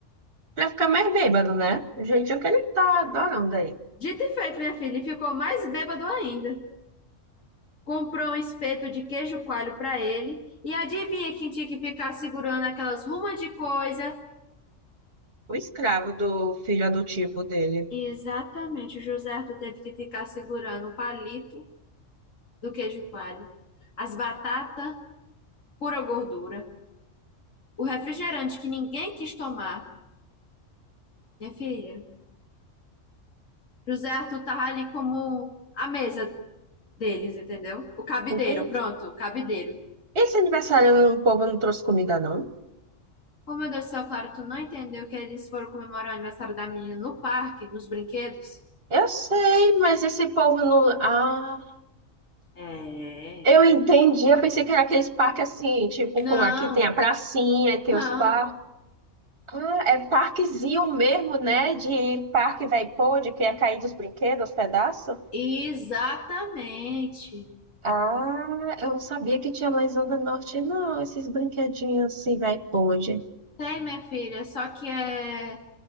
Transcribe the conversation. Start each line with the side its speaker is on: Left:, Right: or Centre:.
Right: Pra ficar mais bêbado, né? O jeitinho que ele tá adorando aí.
Left: Dito e feito, minha filha, e ficou mais bêbado ainda. Comprou um espeto de queijo coalho pra ele e adivinha quem tinha que ficar segurando aquelas rumas de coisa?
Right: o escravo do filho adotivo dele.
Left: Exatamente, o José Arthur teve que ficar segurando o palito do queijo coalho, as batatas, pura gordura. O refrigerante que ninguém quis tomar, minha filha. José Arthur tava ali como a mesa deles, entendeu? O cabideiro,
Right: Entendi.
Left: pronto, o cabideiro.
Right: Esse aniversário o povo não trouxe comida, não?
Left: Oh, meu Deus do céu, claro, tu não entendeu que eles foram comemorar o aniversário da menina no parque, nos brinquedos?
Right: Eu sei, mas esse povo não. Ah,
Left: É.
Right: eu entendi. Eu pensei que era aqueles parques assim, tipo,
Left: Não,
Right: como aqui tem a pracinha, tem
Left: não.
Right: os parques. Ah, é parquezinho mesmo, né? De parque vai pôr, que é cair dos brinquedos, os pedaços.
Left: Exatamente.
Right: Ah, eu não sabia que tinha mais onda norte, não. Esses brinquedinhos assim, vai pôr. de-
Left: Tem, minha filha, só que é